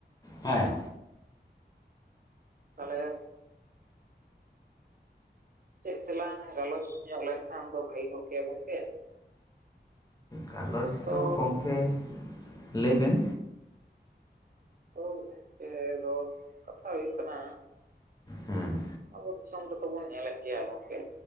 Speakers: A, on the left; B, on the right.
A: ᱦᱮᱸ᱾
B: <inaudible> ᱛᱟᱞᱦᱮ ᱪᱮᱫ ᱛᱮᱞᱟᱝ ᱜᱟᱞᱚᱪ ᱧᱚᱜ ᱞᱮᱱᱠᱷᱟᱱ ᱫᱚ ᱵᱷᱟᱜᱤ ᱠᱚᱜ ᱜᱮᱭᱟ ᱜᱚᱝᱠᱮ?
A: ᱜᱟᱞᱚᱪ
B: ᱛᱚ
A: ᱫᱚ ᱜᱚᱝᱠᱮ, ᱞᱟᱹᱭ ᱵᱮᱱ᱾
B: ᱛᱚ ᱮ ᱫᱚ ᱠᱟᱛᱷᱟ ᱦᱩᱭᱩᱜ ᱠᱟᱱᱟ
A: ᱦᱩᱸ
B: ᱟᱵᱚ ᱫᱤᱥᱚᱢ ᱨᱮᱫᱚ ᱵᱚᱱ ᱧᱮᱞᱮᱫ ᱜᱮᱭᱟ ᱜᱚᱝᱠᱮ